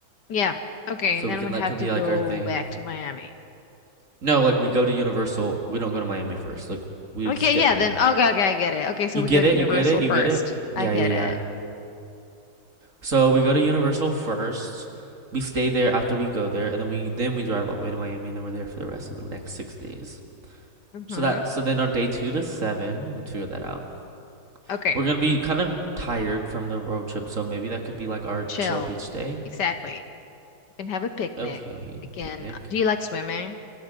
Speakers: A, on the left; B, on the right.
A: Yeah. Okay,
B: so
A: then
B: we can
A: we
B: that
A: have
B: can
A: to
B: be
A: go
B: like our thing.
A: back to Miami.
B: No, like we go to Universal. We don't go to Miami first. Like we
A: Okay,
B: skip
A: yeah,
B: Miami.
A: then okay, okay, I get it. Okay, so
B: You
A: we
B: get
A: go to
B: it?
A: Universal
B: You get it? You
A: first.
B: get it? Yeah,
A: I get
B: yeah, yeah.
A: it.
B: So we go to Universal first. We stay there after we go there, and then we then we drive all the way to Miami, and then we're there for the rest of the next six days.
A: Mm-hmm.
B: So that so then on day two to seven, let's figure that out.
A: Okay,
B: We're gonna be kind of tired from the road trip, so maybe that could be like our
A: chill.
B: chill beach day.
A: Exactly. We can have a picnic.
B: Okay,
A: We can,
B: picnic.
A: do you like swimming?